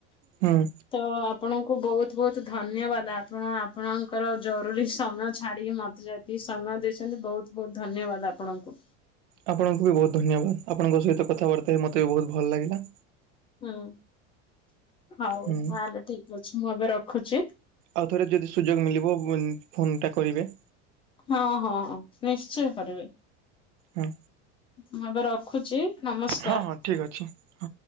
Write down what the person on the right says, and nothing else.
ହଁ।
ଆପଣଙ୍କୁ ବି ବହୁତ ଧନ୍ୟବାଦ ଆପଣଙ୍କ ସହିତ କଥାବାର୍ତ୍ତା ହେଇକି ମତେ ବି ବହୁତ ଭଲ ଲାଗିଲା।
ହୁଁ
ଆଉଥରେ ଯଦି ସୁଯୋଗ ମିଳିବ ଫୋ ଫୋନ ଟା କରିବେ।
ହଁ
ହଁ ହଁ ଠିକ୍ ଅଛି। ହଁ